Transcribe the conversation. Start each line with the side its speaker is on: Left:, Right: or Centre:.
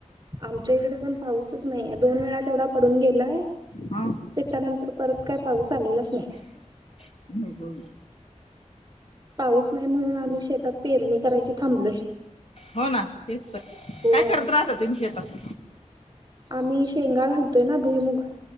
Right: आमच्या इकडे पण पाऊसच नाही हाय. दोन-वेळा तेवढा पडून गेलाय.
Left: हा
Right: त्याच्यानंतर परत काय पाऊस आलेलाच नाही.
Left: हम्म, हम्म.
Right: पाऊस नाही म्हणून आम्ही शेतात पेरणी करायची थांबलोय.
Left: हो ना तेच तर
Right: हो
Left: काय करत राहता तुम्ही शेतात?
Right: आम्ही शेंगा घालतोय ना भुईमुग.